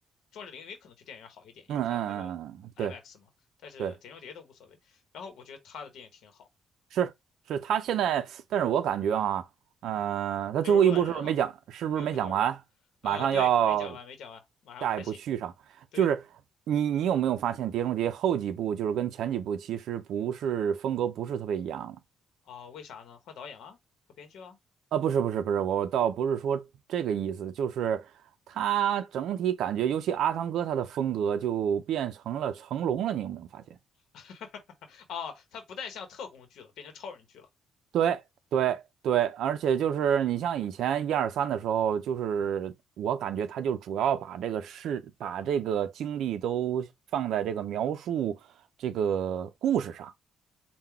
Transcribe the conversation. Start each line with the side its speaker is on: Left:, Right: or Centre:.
Left: 壮志凌云可能去电影院好一点，
Right: 嗯嗯嗯嗯，
Left: 因为他那个
Right: 嗯对
Left: IMAX 嘛，但是碟中谍都无所谓。
Right: 对。
Left: 然后我觉得他的电影挺好，
Right: 是是，他现在，但是我感觉啊，嗯、他最后一步是不是没讲？
Left: 六十多的人了，
Right: 是不是没讲完？
Left: 六十多的人了呃，
Right: 马上要
Left: 对，没讲完，没讲完，马上要拍戏，
Right: 下一步续上，
Left: 对，
Right: 就是你你有没有发现《碟中谍》后几部就是跟前几部其实不是风格不是特别一样了？
Left: 哦，为啥呢？换导演了，换编剧哈，
Right: 啊，不是不是不是，我倒不是说这个意思，就是他整体感觉，尤其阿汤哥他的风格就变成了成龙了，你有没有发现？
Left: <laughs> 哦，他不再像特工剧了，变成超人剧了。
Right: 对对对，而且就是你像以前一二三的时候，就是我感觉他就主要把这个事、把这个精力都放在这个描述这个故事上，